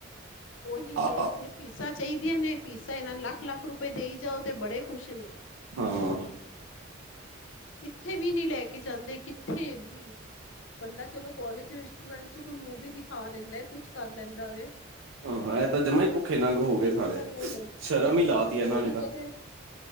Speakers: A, on the left; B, on the right.
A: ਠੀਕ
B: ਹਾਂ
A: ਏ ਸੀ ਫੀਸਾਂ ਚਾਹੀਦੀਆਂ ਨੇ, ਫੀਸਾਂ ਇਹਨਾਂ ਲੱਖ -ਲੱਖ ਰੁਪਏ ਦੇਈ ਜਾਓ ਤੇ ਬੜੇ ਖ਼ੁਸ਼ ਨੇ।
B: ਹਾਂ।
A: ਕਿੱਥੇ ਵੀ ਨਹੀਂ ਲੈ ਕੇ ਜਾਂਦੇ, ਕਿੱਥੇ ਵੀ। ਬੰਦਾ ਚਲੋ ਕੋਲਜ ਸਟੂਡੈਂਟਸ ਕੋ ਮੂਵੀ ਦਿਖਾ ਦਿੰਦਾ, ਕੁਛ ਕਰ ਲੈਂਦਾ ਵੈ।
B: ਹੂੰ, ਐ ਤਾਂ ਜਮਾ ਹੀ ਭੁੱਖੇ ਨੰਗ ਹੋ
A: ਲੁੱਟਣ
B: ਸਾਲ਼ੇ,
A: ਲਈ ਲੱ
B: ਸ਼ਰਮ ਹੀ ਲਾਤੀ ਏ
A: ਉਹੀ
B: ਇਹਨਾਂ ਨੇ ਤਾਂ।
A: ਤੇ ਤੇ